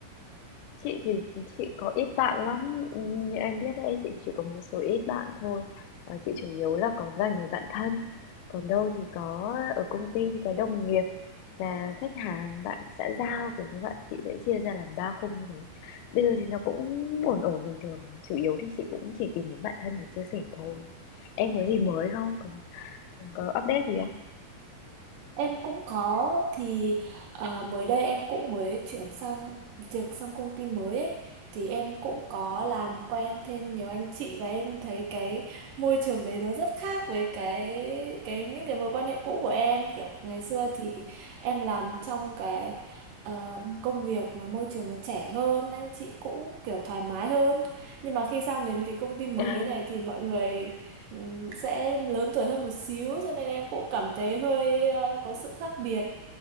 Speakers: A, on the left; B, on the right.
A: Chị thì chị có ít bạn lắm, Ừm, như em biết đấy, chị chỉ có một số ít bạn thôi. Ờ, chị chủ yếu là có vài người bạn thân, còn đâu thì có ở công ty thì có đồng nghiệp và khách hàng, bạn xã giao kiểu như vậy. Chị sẽ chia ra làm ba khung như thế. Bây giờ thì nó cũng ổn ổn bình thường, à. chủ yếu thì chị cũng chỉ tìm đến bạn thân để chia sẻ thôi. Em có gì mới không? Có, có update gì không?
B: Em cũng có thì ờ, mới đây em cũng mới chuyển sang việc sang công ty mới ấy, thì em cũng có làm quen thêm nhiều anh chị và em thấy cái môi trường đấy nó rất khác với cái cái những cái mối quan hệ cũ của em kiểu ngày xưa thì em làm trong cái ờ, công việc mà môi trường nó trẻ hơn anh chị cũng kiểu thoải mái hơn nhưng mà khi sang đến cái công ty mới
A: Ờ.
B: này thì mọi người ừ, sẽ lớn tuổi hơn một xíu cho nên em cũng cảm thấy hơi ờ, có sự khác biệt